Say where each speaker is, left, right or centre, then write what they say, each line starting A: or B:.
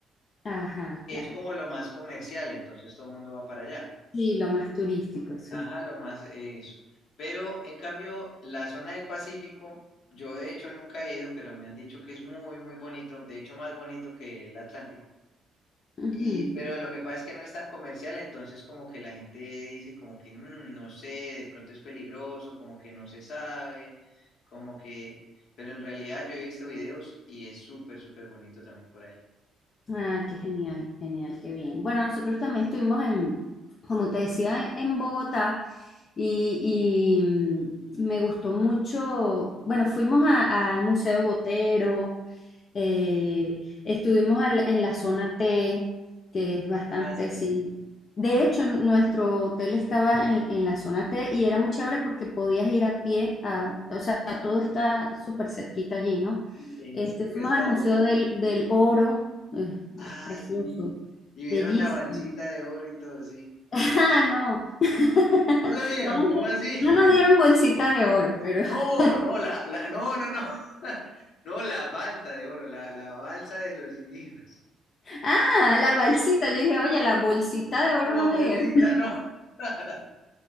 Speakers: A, on the left; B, on the left.
A: ajá,
B: que
A: claro.
B: es como lo más comercial, entonces todo el mundo va para allá.
A: Sí, lo más turístico, sí.
B: Ajá, lo más eh, eso. Pero en cambio, la zona del Pacífico, yo de hecho nunca he ido, pero me han dicho que es muy, muy bonito, de hecho más bonito que el Atlántico.
A: Ujú.
B: Y, pero lo que pasa es que no es tan comercial, entonces como que la gente dice como que "Mm, no sé, de pronto es peligroso, como que no se sabe, como que... Pero en realidad yo he visto videos y es súper, súper bonito también por allá.
A: Ah, qué genial, genial, qué bien. Bueno, nosotros también estuvimos en, como te decía, en Bogotá y, y, mm, me gustó mucho, bueno, fuimos a- al Museo Botero, Eh, estuvimos al- en la zona T, que es bastante
B: Ah, sí.
A: así. De hecho, n- nuestro hotel estaba en, en la zona T y era muy chévere porque podías ir a pie, a, o sea, todo está súper cerquita allí, ¿no?
B: ¿En
A: Este,
B: serio
A: fuimos
B: estaban
A: al Museo
B: ahí?
A: del, del Oro, eh,
B: Ah,
A: es precioso,
B: sí. Y vieron
A: bellísimo.
B: la balsita de oro y todo, sí.
A: <laughs> Ah, no. <laughs>
B: ¿No la vieron?
A: No nos,
B: ¿Cómo
A: di-
B: así?
A: no nos
B: <laughs>
A: dieron bolsita de oro, pero...
B: No,
A: <laughs>
B: no, la, la, no, no, no. <laughs> No, la balsa de oro, la, la balsa de los indígenas.
A: Ah, la bolsita. Yo dije, oye, la bolsita de
B: No,
A: oro no me
B: bolsita,
A: dieron.
B: no. <laughs>